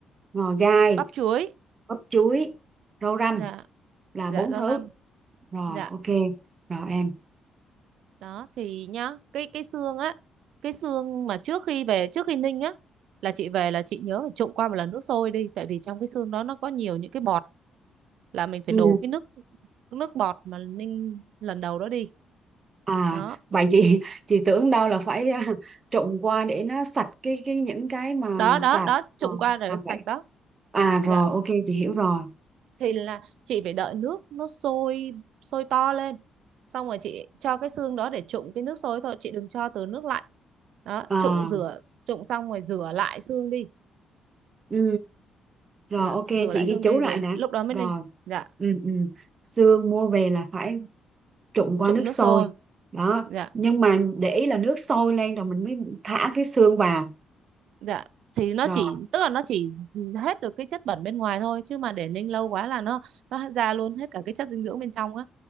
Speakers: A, on the right (about 35°); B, on the right (about 75°).
A: ngò gai
B: bắp chuối
A: bắp chuối rau răm
B: dạ
A: là
B: dạ
A: bốn
B: rau
A: thứ
B: răm
A: rồi
B: dạ
A: ok rồi em
B: đó thì nhá cái cái xương á cái xương mà trước khi về trước khi ninh á là chị về là chị nhớ phải trụng qua một lần nước sôi đi tại vì trong cái xương đó nó có nhiều những cái bọt là mình phải
A: ừ
B: đổ cái nước nước bọt mà ninh lần đầu đó đi
A: À
B: đó
A: vậy chị <laughs> chị tưởng đâu là phải à, trộn qua để nó sạch cái cái những cái mà
B: đó đó
A: tạp
B: đó trụng
A: à,
B: qua rồi
A: à
B: sạch
A: vậy
B: đó
A: à
B: dạ
A: rồi ok chị hiểu rồi
B: thì là chị phải đợi nước nó sôi sôi to lên xong rồi chị cho cái xương đó để trụng cái nước sôi thôi chị đừng cho từ nước lạnh đó
A: à
B: trụng rửa trụng xong rồi rửa lại xương đi
A: ừ rồi
B: dạ
A: ok
B: rửa
A: chị
B: lại
A: ghi
B: xương
A: chú
B: đi
A: lại
B: rồi
A: đã
B: lúc đó mới
A: rồi
B: ninh dạ
A: ừ ừ xương mua về là phải trụng qua
B: trụng
A: nước
B: nước
A: sôi
B: sôi
A: đó
B: dạ
A: nhưng mà để ý là nước sôi lên rồi mình mới thả cái xương vào
B: dạ thì nó
A: rồi
B: chỉ tức là nó chỉ hết được cái chất bẩn bên ngoài thôi chứ mà để ninh lâu quá là nó nó ra luôn hết cả cái chất dinh dưỡng bên trong á